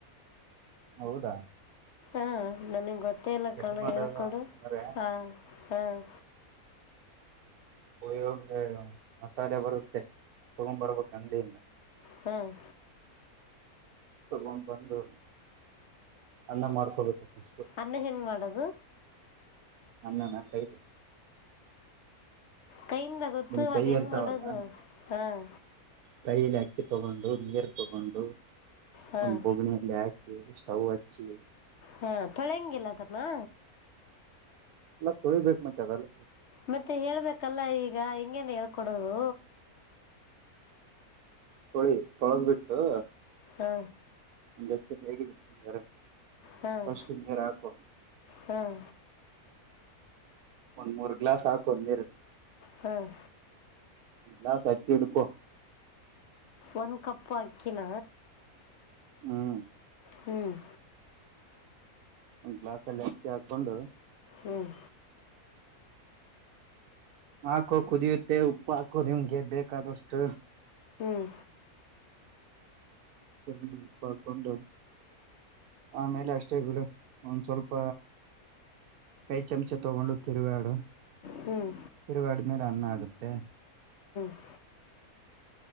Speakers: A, on the right; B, on the left.
A: ಹೌದಾ
B: ಹಾ ನನಗೆ ಗೊತ್ತೇ ಇಲ್ಲ
A: ಹೆಂಗ್
B: ಕಣ
A: ಮಾಡದ
B: ಹೇಳ್ಕೊಡು
A: ಅಂತಂದ್ರೆ
B: ಹ ಹ್ಮ್
A: ಉಯ ಮಸಾಲೆ ಬರುತ್ತೆ ತಗೊ ಬರ್ಬೇಕು ಅಂಗಡಿಯಿಂದ
B: ಹ್ಮ್
A: ತಗೊಂಡ್ ಬಂದು ಅನ್ನ ಮಾಡ್ಕೋಬೇಕು ಫಸ್ಟು
B: ಅನ್ನ ಹೆಂಗ್ ಮಾಡದು
A: ನ ನ ನಾ ಕ ಬ
B: ಕೈಯಿಂದ ಗೊತ್ತು
A: ನಿಮ ಕೈ
B: ಅದು ಹೆಂಗೆ
A: ಇರ್ತಾವಲ್ಲ
B: ಮಾಡೋದು ಹಾಂ
A: ಕೈಲಿ ಹಾ ಅಕ್ಕಿ ತಗೊಂಡು ನೀರು ತಗೊಂಡು
B: ಹಾಂ
A: ಒಂದು ಬೊಗ್ಣಿಯಲ್ಲಿ ಹಾಕಿ ಸ್ಟೌವ್ ಹಚ್ಚಿ
B: ಹಾ ತೊಳೆಂಗಿಲ ಕದ್ನ
A: ಎಲ್ಲ ತೊಳಿಬೇಕಕ್ ಮತ್ತೆ ಅದಲ್ಲ
B: ಮತ್ತೆ ಹೇಳ್ಬೇಕಲ್ಲ ಈಗ ಹಿಂಗೇನ್ ಹೇಳ್ಕೊಡೋದು
A: ತೊಳಿ ತೊಳಗ್ ಬಿಟ್ಟು
B: ಹ್ಮ
A: ಒತ್ಯ ಸರ
B: ಹಾಂ
A: ಫಾಸ್ಟ್ ಗೆರಾಕೊ
B: ಹಾಂ
A: ಒಂದ್ ಮೂರ್ ಗ್ಲಾಸ್ ಹಾಕ ಒಂದ್ ನೀರು
B: ಹ್ಮ್
A: ಇಲ್ಲಾಸ್ ಆಕಿಡ್ಕೋ
B: ಒಂದ್ ಕಪ್ಪು ಅಕ್ಕಿನ
A: ಹ್ಮ್
B: ಹ್ಮ್
A: ಒ್ ಗ್ಲಾಸ್ ಎಲ್ಲ ಎಚ್ಚತಿ ಹಾಕೊಂಡು
B: ಹ್ಮ್
A: ಹಾಕೋ ಕುದಿಯುತ್ತೆ ಉಪ್ಪು ಹಾಕೋ ನಿಮ್ಗೆ ಬೇಕಾದಷ್ಟು
B: ಹ್ಮ್
A: ಕ ಪಾಕೊಂಡ ಆಮೇಲೆ ಅಷ್ಟೇ ಬಿಡು ಒಂದ ಸ್ವಲ್ಪ ಕೈ ಚಂಚೆ ತೊಗೊಂಡು ತಿರುವಡು
B: ಹ್ಮ್
A: ತಿರುಗಡಿದ್ಮೇಲೆ ಅನ್ನ ಆಗುತ್ತೆ <unintelligible>
B: ಹ್ಮ